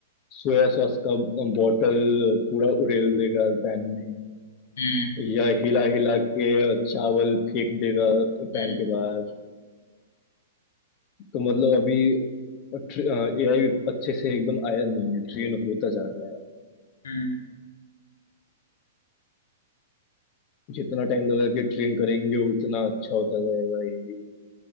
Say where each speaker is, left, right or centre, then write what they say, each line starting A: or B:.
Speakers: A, on the left; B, on the left.
A: सोया सॉस का बॉटल पूरा उड़ेल देगा पैन में
B: हम्म
A: या हिला हिला के चावल फेंक देगा पैन
B: हम्म
A: के बाहर तो मतलब अभी एआई अच्छे से एकदम आया नहीं है ट्रेन होता जा रहा है
B: हम्म, हम्म,
A: जितना टाइम लगा के ट्रेन करेंगे उतना अच्छा होता जाएगा ये भी